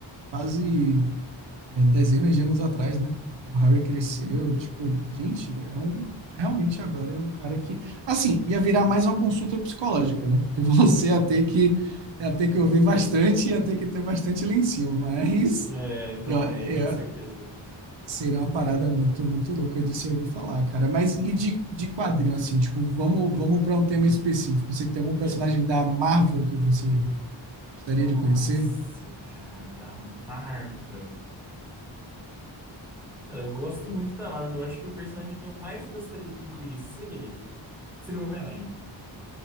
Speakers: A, on the right; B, in the centre.
A: quase é, dezenas de anos atrás, né? Porque o Harry cresceu, tipo, gente, é um realmente agora é um cara que, assim, ia virar mais uma consulta psicológica, né? Porque <laughs> você
B: uhum.
A: ia ter que ia ter que ouvir bastante, ia ter que ter bastante lencinho, mas
B: É, não,
A: eu, eu,
B: é, com certeza.
A: seria uma parada muito muito louca de se ouvir falar, cara. Mas e de, de quadrinho assim, tipo, vamos vamos para um tema específico. Você tem
B: Olha,
A: algum personagem da Marvel que você gostaria
B: nossa,
A: de conhecer?
B: cara, da Marvel. Cara, eu gosto muito da Marvel. Eu acho que o personagem que eu mais gostaria de conhecer seria o Homem-Aranha.